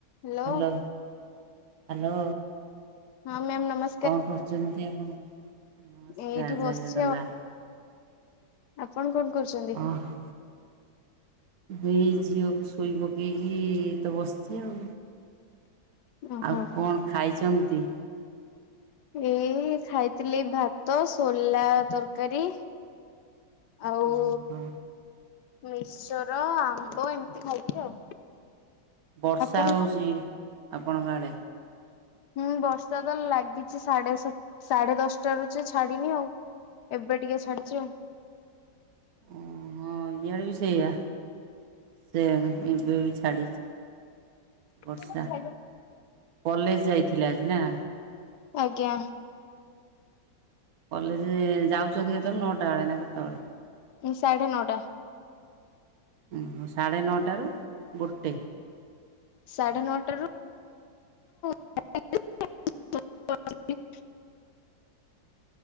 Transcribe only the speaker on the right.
hello hello.
କଣ କରୁଛନ୍ତି ଆପଣ ନମସ୍କାର
ଜୟ ଜଗନ୍ନାଥ।
ଓହୋ ଏଇ ଝିଅକୁ ଶୋଇ ପକେଇକି ତ ବସଛି ଆଉ।
ଆଉ କଣ ଖାଇଛନ୍ତି?
ଓହୋ
ବର୍ଷା
ହଉଛି
ଆପଣଙ୍କ ଆଡ଼େ।
ଓହୋ ଇଆଡ଼େ ବି ସେଇଆ। ସେ ଏବେ ଛାଡ଼ିଛି।
ବର୍ଷା କଲେଜ ଯାଇଥିଲା ଆଜି ନା।
କଲେଜେ ଯାଉଚନ୍ତି କୁତୋଳେ ନଅଟାବେଳେ ନା କେତୋଳେ?
ଓହ ସାଢ଼େ ନଅଟାରୁ ଗୋଟେ?